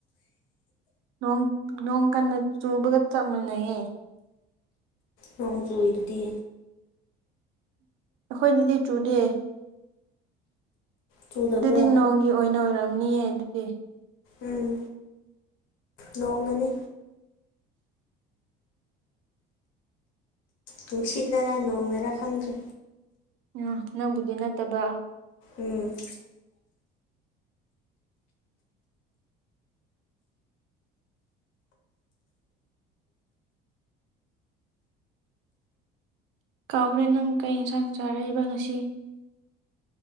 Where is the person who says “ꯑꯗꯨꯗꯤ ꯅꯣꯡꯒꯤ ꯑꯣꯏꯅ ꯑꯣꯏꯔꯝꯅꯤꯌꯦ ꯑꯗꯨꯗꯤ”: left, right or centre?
Right